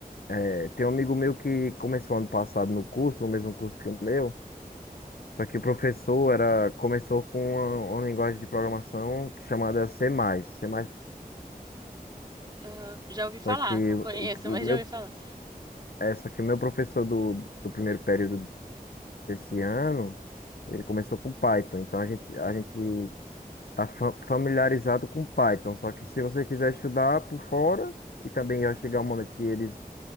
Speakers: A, on the left; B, on the right.
A: é, tem um amigo meu que começou ano passado no curso, no mesmo curso que o meu. Só que o professor era começou com uma, uma linguagem de programação chamada C++, C++.
B: Aham, Já ouvi falar,
A: Só que
B: não
A: o,
B: conheço,
A: o
B: mas
A: meu
B: já ouvi falar.
A: é, só que o meu professor do, do primeiro período desse ano, ele começou com Python. Então a gente, a gente tá fa- familiarizado com Python. Só que se você quiser estudar por fora, e também vai chegar um momento que eles,